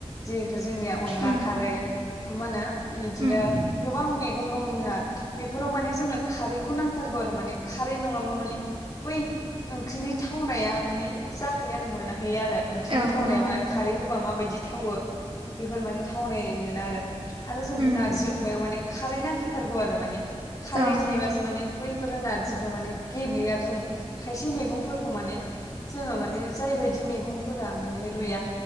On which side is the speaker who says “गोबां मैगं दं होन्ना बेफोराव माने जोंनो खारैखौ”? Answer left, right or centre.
Left